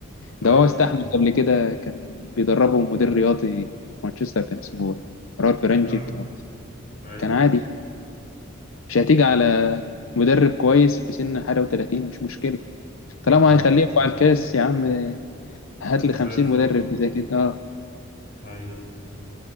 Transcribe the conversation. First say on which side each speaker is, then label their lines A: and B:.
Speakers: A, on the left (about 45°); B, on the left (about 70°).
A: اي
B: ده هو استحمل قبل كده كان بيدربه مدير رياضي في مانشستر كان اسمه رالف رانجيك
A: أم... اي
B: كان عادي مش هتيجي على مدرب كويس في سن حاجه و30 مش مشكله
A: امم
B: طالما هيخليه يرفع الكاس يا عم هات لي 50
A: زي الفل
B: مدرب زي كده آه.
A: اي